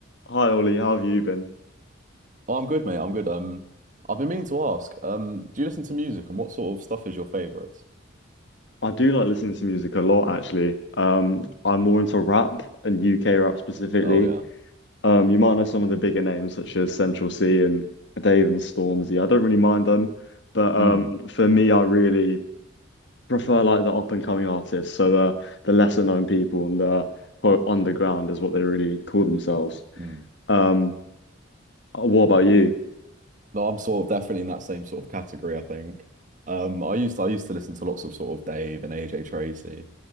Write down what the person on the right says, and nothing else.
Oh, I'm good, mate. I'm good. Um, I've been meaning to ask, um, do you listen to music and what sort of stuff is your favorite?
Oh yeah.
Mm,
mm.
No, I'm sort of definitely in that same sort of category, I think. Um, I used to, I used to listen to lots of sort of Dave and AJ Tracy,